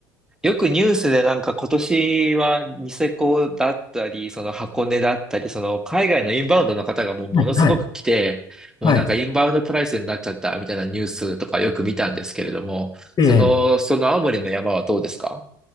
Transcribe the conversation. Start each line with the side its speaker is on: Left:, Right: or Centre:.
Centre: よくニュースでなんか今年はニセコだったり、その箱根だったり、その海外のインバウンドの方がもうものすごく来て、
Left: はい、はい、
Centre: もうなんかインバウンドプライスになっちゃったみたいなニュースとかよく見たんですけれども、
Left: はい。で、
Centre: その、その青森の山はどうですか